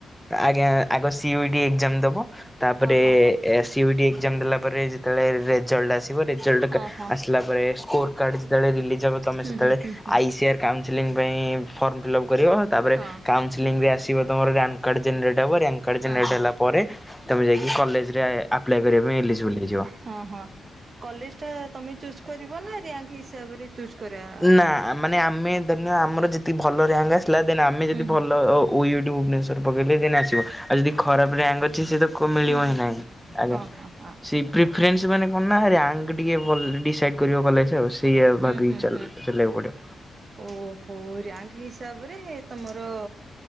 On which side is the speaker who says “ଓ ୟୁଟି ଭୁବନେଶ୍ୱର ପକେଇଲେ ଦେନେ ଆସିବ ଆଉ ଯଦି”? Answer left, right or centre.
Centre